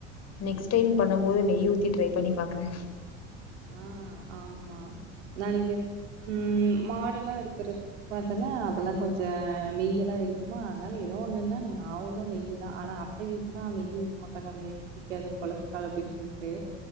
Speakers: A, on the left; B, on the right.
A: நெக்ஸ்ட் டைம் பணணு போது நெய் ஊத்தி ட்ரை பண்ணி பாக்குறே
B: ஆ ஆமா நானிங்க ம் மாடெல்லா இருக்கிறதுக்கு பாத்தன்னா அதெல்லா கொஞ்ச நெய்யெலா இருக்கு ஆமா அதனால எதோ ஒண்ணுன்னா ஆ ஊன்னா நெய்யி தா ஆனா அத்தை ஊத்துனா நெய்யி ஊத்த மாட்டாங்க அங்களுக்கு புடிக்காது கொலஸ்ட்ரால் அப்டின்னு சொல்லிட்டு